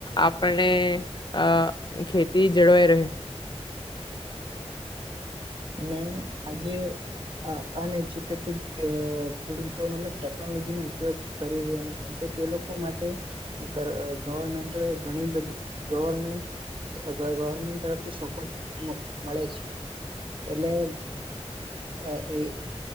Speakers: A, on the left (about 45°); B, on the right (about 50°).
A: આપને અ ખેતી જળવાઈ રહે.
B: ને આજે અ અનએજ્યુકેટેડ ખેડૂતો મતલબ ટેકનોલોજી નુ ઉપયોગ કરી રહ્યા નથી તો તે લોકો માટે ગ ગવર્મેન્ટો એ ઘણી બધી ગવર્મેન્ટ ગવર્મેન્ટ તરફથી સપોર્ટ મળે છે. એટલે અ એ.